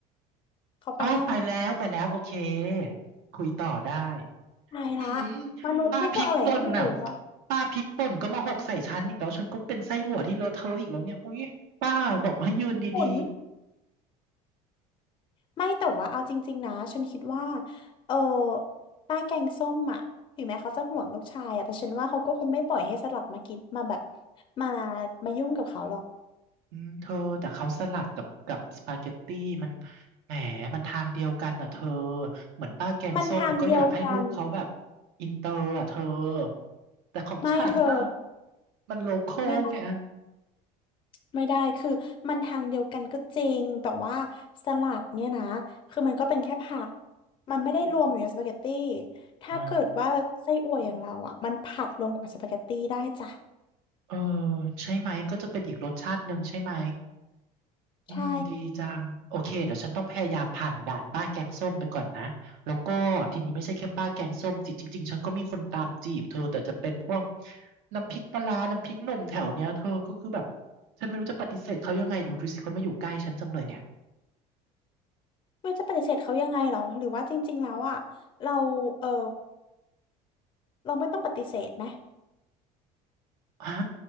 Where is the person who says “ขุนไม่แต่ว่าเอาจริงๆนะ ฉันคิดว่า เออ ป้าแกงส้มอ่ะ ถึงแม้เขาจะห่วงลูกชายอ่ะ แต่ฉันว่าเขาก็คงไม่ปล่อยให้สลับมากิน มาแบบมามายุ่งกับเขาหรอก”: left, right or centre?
Left